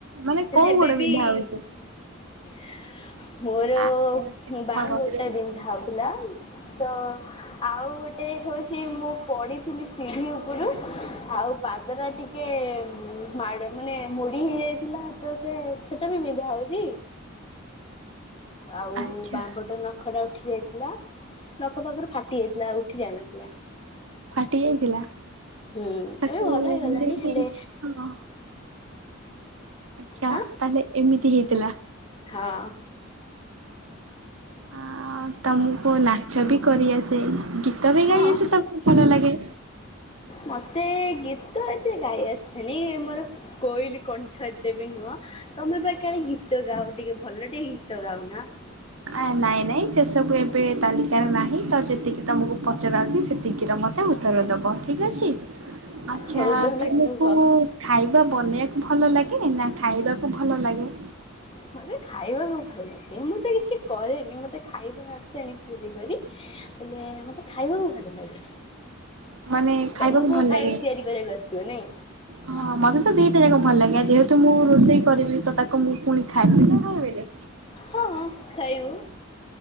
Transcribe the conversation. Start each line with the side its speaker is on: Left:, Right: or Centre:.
Right: ମାନେ
Left: ହେଲେ
Right: କୋଉ
Left: ଏବେବି।
Right: ଗୋଡ ବିନ୍ଧା ହଉଛି?
Left: <unintelligible> ମୋର
Right: ଆସ୍ତେ ଆସ୍ତେ
Left: ବାଆଁ
Right: କହ ରହିରହି
Left: ଗୋଡଟା ବିନ୍ଧା ହଉଥିଲା ତ ଆଉ ଗୋଟେ ଏ ହେଉଛି, ମୁଁ ପଡିଥିଲି ସିଢ଼ି ଉପରୁ ଆଉ ପାଦଟା ଟିକେ <unintelligible> ମାଡ ମାନେ ମୋଡି ହେ ଇଯାଇଥିଲା ତ, ସେ ସେଟା ବି ବିନ୍ଧା ହଉଛି। ଆଉ
Right: ଆଚ୍ଛା
Left: ବାଁ ପଟ ନା ନଖଟା ଉଠି ଯାଇଥିଲା, ନଖ ପାଖରୁ ଫାଟି ଯାଇଥିଲା ଉଠି ଯାଇନଥିଲା।
Right: ଫାଟି ଯାଇଥିଲା।
Left: ହୁଁ
Right: ତାକୁ
Left: ଏବେ ଭଲ
Right: <unintelligible>
Left: ହେଇଗଲାଣି ହେଲେ
Right: ହଁ। ଆଛା
Left: ହଁ
Right: ତାହେଲେ ଏମିତି ହେଇଥିଲା।
Left: ହଁ
Right: ଆ ତମକୁ ନାଚ ବି କରିଆସେ, ଗୀତ ବି
Left: ହଁ
Right: ଗାଇ ଆସେ ତମକୁ, ଭଲ ଲାଗେ।
Left: ମତେ ଗୀତ, ଏତେ ଗାଇ ଆସନି ମୋର କୋଇଲି କଣ୍ଠ ଏତେ ବି ନୁହଁ, ତମେ କାଳେ ଗୀତ ଗାଅ ଟିକେ ଭଲ ଟିକେ ଗୀତ ଗାଅ। ଆ। <inaudible>
Right: ଆ ନାଇଁ ନାଇଁ ସେ ସବୁ ଏବେ ତାଲିକାରେ ନାହିଁ, ତ ଯେତିକି ତୁମକୁ ପଚାଯାଉଛି ସେତିକିର ମୋତେ ଉତ୍ତର ଦେବ ଠିକ୍ ଅଛି। ଛି ଆଛା
Left: ହଉ ତମେ
Right: ତମକୁ
Left: କୁହ।
Right: ଖାଇବା ବନେଇ ଭଲ ଲାଗେ ନା ଖାଇବାକୁ ଭଲ ଲାଗେ।
Left: ମତେ ଖାଇବାକୁ ଭଲ ଲାଗେ ମୁଁ ତ କିଛି କରେନି ମତେ ଖାଇବାକୁ ଆସେନି ତିଆରି କରି। ହେଲେ ମତେ ଖାଇବାକୁ ଭଲ ଲାଗେ।
Right: ମାନେ
Left: ତମକୁ
Right: ଖାଇବାକୁ ଭଲ ଲାଗେ
Left: ତିଆରି କରିବାକୁ ଆସିଥିବ ନାଇଁ?
Right: ହଁ ମତେ ତ ଦିଟା ଯା ଭଲ ଲାଗା ଯେହେତୁ ମୁଁ ରୋଷେଇ କରିବି ତ ତାକୁ ମୁଁ ପୁଣି ଖାଇବି ନା ଖାଇବିନି।
Left: ହଁ ଖାଇବୁ।